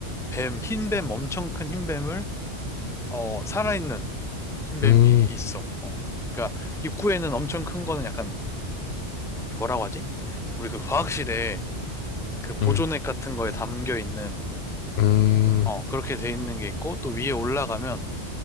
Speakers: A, in the centre; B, on the left.
A: 뱀, 흰뱀, 엄청 큰 흰뱀을, 어, 살아있는 흰뱀이
B: 음,
A: 있어. 어. 그러니까 입구에는 엄청 큰 거는 약간 뭐라고 하지? 우리 그 과학실에 그 보존액
B: 음,
A: 같은 거에 담겨 있는
B: 음.
A: 어, 그렇게 돼 있는 게 있고, 또 위에 올라가면